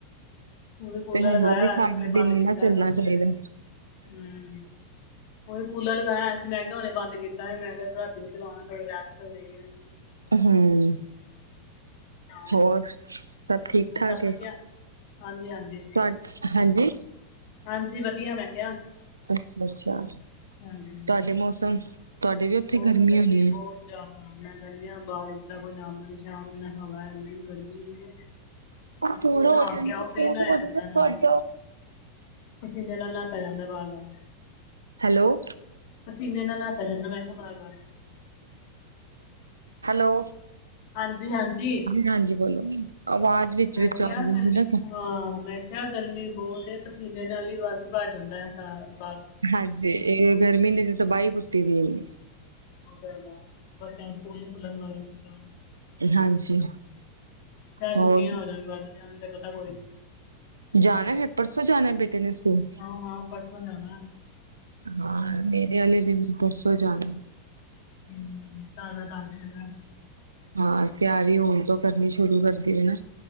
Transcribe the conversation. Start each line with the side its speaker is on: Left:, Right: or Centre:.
Left: ਉਹ ਵੀ ਕੂਲਰ
Right: ਤੇ ਹੁਨ
Left: ਲਗਾਇਆ
Right: ਉਹ ਵੀ
Left: ਹੋਇਆ
Right: ਸਾਰਾ
Left: ਸੀ ਹੁਣੇ ਬੰਦ
Right: ਦਿਨ ਹੀ
Left: ਕੀਤਾ
Right: ਨਾ ਚੱਲਨਾ
Left: ਥੋੜੀ ਦੇਰ
Right: ਚਾਈਦਾ।
Left: ਹੋਈ ਹੈ ਹਮ, ਉਹੀ ਕੂਲਰ ਲਗਾਇਆ। ਮੈਂ ਕਿਹਾ ਹੁਣ ਇਹ ਬੰਦ ਕੀਤਾ ਹ, ਰਾਤੀ ਵੀ ਚਲਾਉਣਾ ਥੋੜੀ ਰੈਸਟ ਹੋ ਜੇ।
Right: ਹਮ,
Left: ਹਾਂ
Right: ਹੋਰ ਸਭ ਠੀਕ
Left: ਨੇ
Right: -ਠਾਕ
Left: ਸਭ ਵਧੀਆ
Right: ਏ।
Left: ਹਾਂਜੀ ਹਾਂਜੀ
Right: ਤੁਹਾ ਹਾਂਜੀ।
Left: ਹਾਂਜੀ ਵਧੀਆ ਮੈਂ ਕਿਹਾ।
Right: ਅੱਛਾ ਅੱਛਾ
Left: ਹਾਂਜੀ
Right: ਤੁਹਾਡੇ ਮੌਸਮ ਤੁਹਾਡੇ ਵੀ ਉੱਥੇ
Left: ਬਹੁਤ ਗਰਮੀ
Right: ਹੋਣੀ
Left: ਬਹੁਤ ਜ਼ਿਆਦਾ ਮੈਂ ਕਹਿੰਦੀ ਹਾਂ ਬਰ ਜਾਵੇ ਕੋਈ ਨਾ। ਸ਼ਾਮ ਦੀ ਹਵਾ ਐ ਗਰਮੀ ਹੈ। ਬਿਲਕੁਲ
Right: ਥੋੜੇ ਹੋਜਣ
Left: ਨਹਾ ਕੇ
Right: ਥੋੜੇ
Left: ਆਓ ਫੇਰ ਨਹਾਇਆ ਜਾਂਦਾ ਨਾਲ
Right: ਹੋਜ।
Left: ਹੀ ਪਸੀਨੇ ਨਾਲ ਨਹਾਤਾ ਜਾਂਦਾ ਬਾਰ ਬਾਰ।
Right: ਹੈਲੋ
Left: ਪਸੀਨੇ ਨਾਲ ਨਹਾਤਾ ਜਾਂਦਾ ਮੈਂ ਕਿਹਾ ਬਾਰ ਬਾਰ।
Right: ਹੈਲੋ।
Left: ਹਾਂਜੀ ਹਾਂਜੀ।
Right: ਹਾਂਜੀ ਬੋਲੋ ਆਵਾਜ਼ ਵਿੱਚ
Left: ਮੈਂ
Right: ਵਿੱਚ
Left: ਕਿਆ
Right: ਆ ਜਾਂਦੀ
Left: ਗਰਮੀ
Right: ਨਾ
Left: ਹਾਂ, ਮੈਂ ਕਿਆ ਗਰਮੀ ਬਹੁਤ ਇਹ ਪਸੀਨੇ ਨਾਲ ਈ, ਵਸ ਭਰ ਜਾਂਦਾ ਹੈ ਸ
Right: ਹਾਂਜੀ, ਇਹ ਗਰਮੀ ਨੇੇ ਚ ਤ ਬਹੀ ਪੁੱਟੀ ਦੀ ਇਹਨ <inaudible>
Left: ਹ ਪੂਲ ਫੁੱਲ ਨੂੰ <unintelligible>
Right: ਹਾਂਜੀ ਹੋਰ
Left: ਛੁੱਟੀਆਂ ਹੋ ਜਾਨ ਵਧ ਜਾਨ ਤੇ ਪਤਾ ਕੋਈ ਨੀ।
Right: ਜਾਨੈ ਫੇਰ, ਪਰਸੋਂ ਜਾਨੈ ਬੇਟੇ ਨੇ ਸਕੂਲ?
Left: ਹਾਂ-ਹਾਂ ਪਰਸੋਂ ਜਾਣਾ ਹੈ,
Right: ਹਾਂ ਮੇਰੇ ਆਲੇ ਵੀ ਪਰਸੋਂ ਜਾਨੈ।
Left: ਹਮ ਤਦਾ ਲੰਡ ਹਨ ਨਾ <inaudible>
Right: ਹਾਂ, ਤਿਆਰੀ ਹੁਨ ਤੋਂ ਕਰਨੀ ਸ਼ੁਰੂ ਕਰਦੀ ਪਇਨਾ,